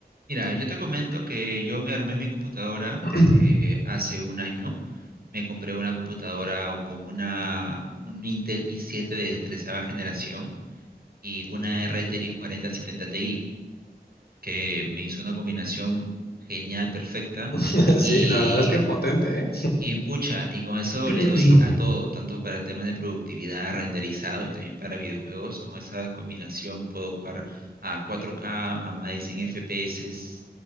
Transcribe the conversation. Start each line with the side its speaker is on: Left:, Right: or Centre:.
Right: Mira, yo te comento que yo me armé mi computadora
Left: <laughs>
Right: eh, hace un año. Me compré una computadora o con una, un Intel i7 de 13 generación y una RTX 4070 Ti, que me hizo una combinación genial, perfecta.
Left: <clears throat> Sí,
Right: Y
Left: la verdad es que potente,
Right: y pucha, y con eso
Left: ¿eh?
Right: le doy
Left: <clears throat>
Right: a todo, tanto para temas de productividad, renderizado y también para videojuegos. Con esa combinación puedo jugar a 4K, a más de 100 FPS